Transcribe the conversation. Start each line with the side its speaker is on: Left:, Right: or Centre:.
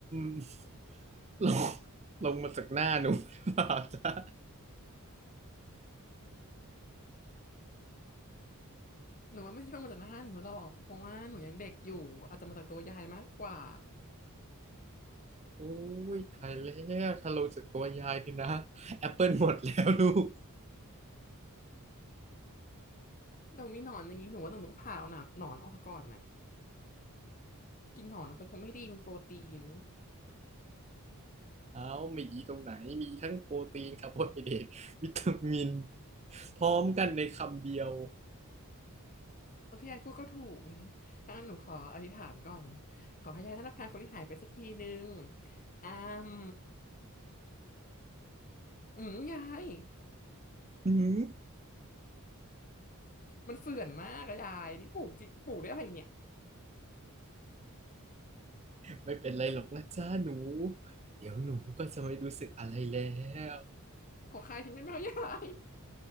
Right: ม <laughs> ลงลงมาจากหน้าหนูหรือเปล่าจ๊ะ
Left: หนูว่าไม่ใช่ลงมาจากหน้าหนูหรอกเพราะว่าหนูยังเด็กอยู่อาจจะมาจากตัวยายมากกว่า
Right: โอ้ยตายแล้วถ้าลงจากตัวยายนี่นะแอปเปิลหมดแล้วลูก
Left: แต่มีหนอนอย่างนี้หนูว่าต้องต้องผ่าเอาหนอนหนอนออกก่อนน่ะกินหนอนลงไปคงไม่ดีมันโปรตีน
Right: เอ้ามีอีตรงไหนมีทั้งโปรตีนคาร์โบไฮเดรตวิตามินพร้อมกันในคำเดียว
Left: ที่ยายพูดก็ถูกนะ ถ้างั้นหนูขออธิษฐานก่อนขอให้ยายธนาคารคนที่หายไปสักทีนึงอ้ามอืมยาย
Right: <laughs> หืม
Left: มันเฟื่อนมากอะยายนี่ปลูกจริงปลูกได้อะไรเนี่ย
Right: ไม่เป็นไรหรอกนะจ๊ะหนูเดี๋ยวหนูก็จะไม่รู้สึกอะไรแล้ว
Left: ขอคายทิ้งได้ไหมอะยาย